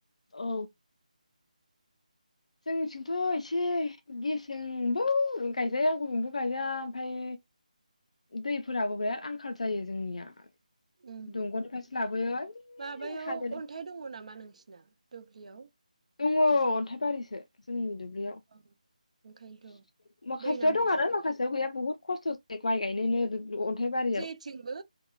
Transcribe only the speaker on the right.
ओम
माबायाव
अन्थाइ दङ नामा नोंसिन ना दुब्लियाव
औ ओंखायनोथ'
दै नांगौ
जायो
जेथिंबो